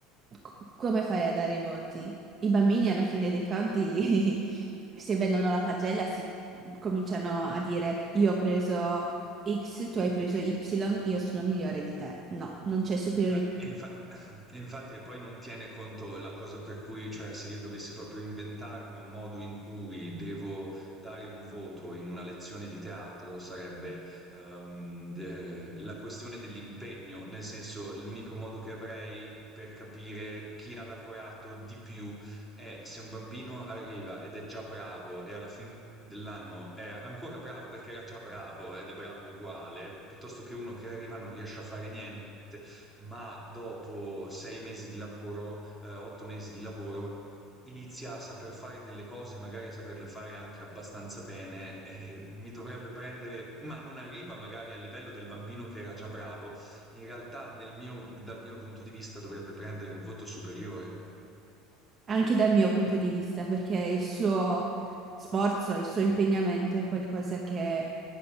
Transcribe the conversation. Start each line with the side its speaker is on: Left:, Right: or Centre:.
Right: c- come fai a dare i voti? I bambini alla fine dei conti, <laughs> se vedono la pagella, si mm, cominciano a dire io ho preso X, tu hai preso Y, io sono migliore di te. No, non c'è superiorità.
Centre: Ma infa- <clears throat> infatti, e poi non tiene conto la cosa per cui, cioè, se io dovessi proprio inventarmi un modo in cui devo dare un voto in una lezione di teatro, sarebbe ehm, de- la questione dell'impegno, nel senso, l'unico modo che avrei per capire chi ha lavorato di più è se un bambino arriva ed è già bravo e alla fine dell'anno è ancora bravo perché era già bravo ed è bravo uguale, piuttosto che uno che arriva e non riesce a fare niente ma dopo sei mesi di lavoro, eh, otto mesi di lavoro, inizia a saper fare delle cose, magari a saperle fare anche abbastanza bene, eh, mi dovrebbe prendere, ma non arriva magari al livello del bambino che era già bravo. In realtà, nel mio- dal mio punto di vista, dovrebbe prendere un voto superiore.
Right: Anche dal mio punto di vista, perché il suo sforzo, il suo impegnamento è qualcosa che